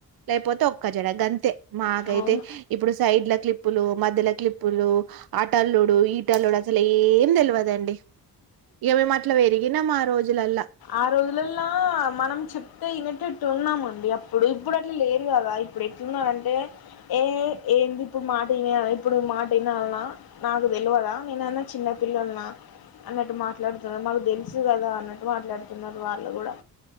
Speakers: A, on the right (about 75°); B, on the left (about 75°).
A: లేకపోతే ఒక్క జడ గంతే మాకైతే
B: అవును
A: ఇప్పుడు సైడ్ల క్లిప్పులు మధ్యల క్లిప్పులు ఆటాల్లుడ్ డు ఈటల్లుడు అసలు ఏం తెలివదండి ఇక మేము అట్లా పెరిగినాం ఆ రోజులల్లా
B: ఆ రోజులలా మనం చెప్తే వినటట్టు ఉన్నామండి అప్పుడు ఇప్పుడు అట్లా లేరు కదా ఇప్పుడు ఎట్లున్నంటే ఏ ఏంది ఇప్పుడు మాటన ఇప్పుడు మాట ఇనాల్నా నాకు తెలువదా నేనేన్న చిన్న పిల్లన అన్నట్టు మాట్లాడుతార్ మాకు తెలుసు కదా అన్నట్టు మాట్లాడుత్ తున్నారు వాళ్ళు కూడా